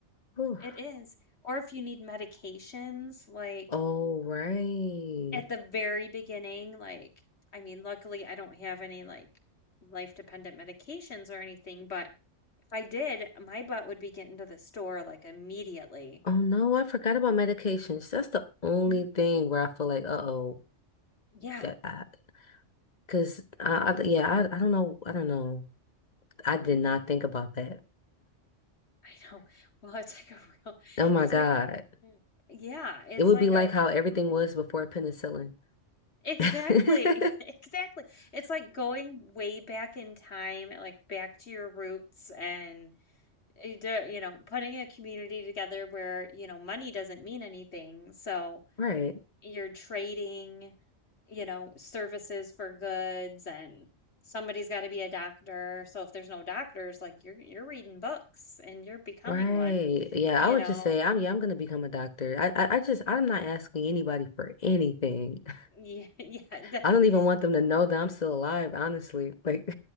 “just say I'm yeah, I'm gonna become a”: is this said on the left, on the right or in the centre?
Left